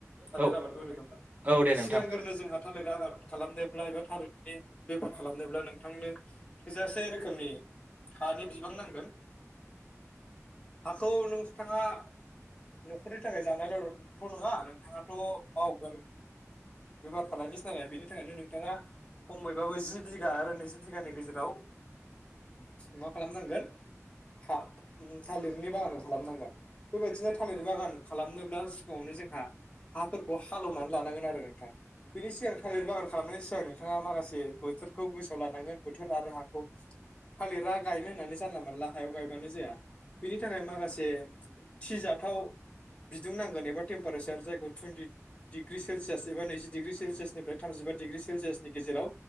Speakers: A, on the left; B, on the right.
A: थालिर
B: औ
A: आबादखौ बोरै खालामो
B: औ दे नोंथां।
A: सिगांग्रो जोंहा थालिर आबाद खालामनोब्ला एबा थालिरनि बेफार खालामनोब्ला नोंथांनो थोजासे रोखोमनि हानि बिबां नांगोन हाखौ नोंथाङा न'खरनि थाखाय जानायल'थ' नङा नोंथाङाथ' मावगोन बेफार फालांगिसोनालाय ओंखायनो थाखायनो नोंथाङा खमैबाबो जि बिघा आरो नैजि बिघानि गेजेराव मा खालामनांगोन आ थालिरनि बागानखौ खालामनांगोन बेबायदिनो थालिरि बागान खालामनोब्ला सिगाङावनो जोंहा हाफोरखौ हाल एवनानै लानांगोन आरो नोंथां बेनि सिगां थालिर बागान खालामनायनि सिगां नोंथाङा माखासे बोथोरखौ गोसोआव लानांगोन बोथोर आरो हाखौ थालिरा गायनो होननानै जानला मोनला हायाव गायबानो जाया बिनि थाखाय माखासे थिजाथाव बिदुं नांगोन एबा टेम्पारेचार जायखौ टुइनटि डिग्रि सेलसियास एबा नैजि डिग्रि सेलसियास फ्राय थामजिबा डिग्रि सेलसियासनि गेजेराव